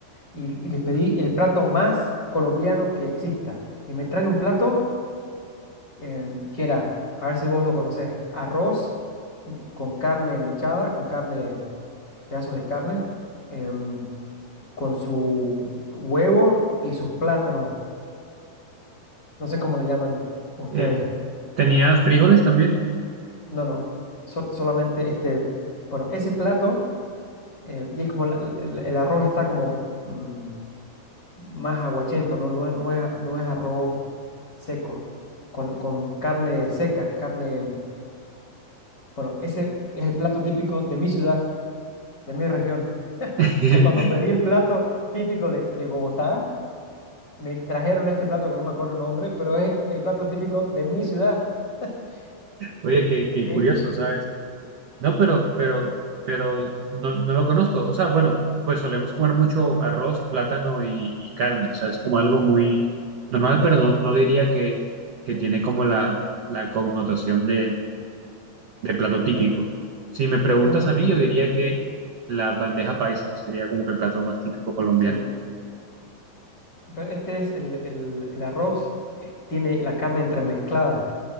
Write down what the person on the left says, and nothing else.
y, y les pedí el plato más colombiano que exista. Y me traen un plato eh, que era, a ver si vos lo conocés, arroz mm, con carne mechada, con carne, pedazos de carne, em, con su huevo y sus plátanos. No sé cómo le llaman ustedes.
No, no, sol- solamente este, bueno, ese plato, em, y es como la- el, el arroz está como mm, más aguachento, ¿no? No, es, no es no es arroz seco, con, con carne seca, carne... Bueno, ese es el plato típico de mi ciudad. de mi región.
O sea, cuando pedí el plato típico de, de Bogotá, me trajeron este plato que no me acuerdo el nombre, pero es el plato típico de mi ciudad. Y,
y-
y de
ahí,
pe-
es un-
sí, pero este es el, el- el arroz, eh, tiene la carne entremezclada